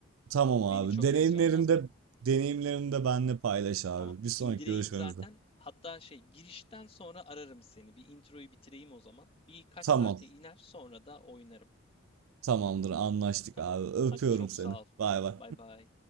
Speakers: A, on the right; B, on the left.
A: Tamam abi.
B: Beni çok
A: Deneyimlerinde
B: heyecanlandırdı.
A: deneyimlerinde benimle paylaş abi.
B: Tamam.
A: Bir sonraki
B: İndireyim
A: görüşmemizde.
B: zaten. Hatta şey girişten sonra ararım seni. Bir introyu bitireyim o zaman. Birkaç
A: Tamam.
B: saate iner sonra da oynarım.
A: Tamamdır anlaştık
B: Tamam.
A: abi. Öpüyorum
B: Hadi çok
A: seni.
B: sağ ol.
A: Bay bay.
B: Bay bay.